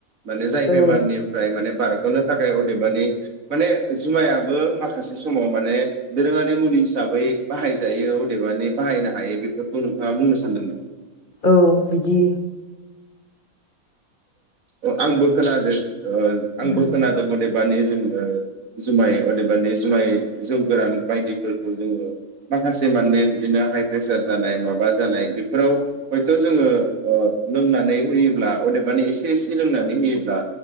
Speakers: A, on the right; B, on the left.
A: माने जाय
B: औ
A: बेमारनिफ्राय माने बारगनो थाखाय अदेबानि माने जुमायाबो माखासे समाव माने दोरोंङारि मुलि हिसाबै बाहायजायो अदेबानि बाहायनो हायो बेफोरखौ नोंथाङा बुंनो सानदोंमोन?
B: औ बिदि
A: आंबो खोनादो ओ आंबो
B: ओं
A: खोनादोंमोन दे मानि जोंङो जुमाय अदेबानि जुमाय जौ गोरान बायदिफोरखौ जोंङो माखासे माने बिदिनो हाइ प्रेसार जानाय माबा जानाय बेफोराव हयथ जोंङो ओ लोंनानै होयोब्ला अदेबानि एसे एसे लोंनानै होयोब्ला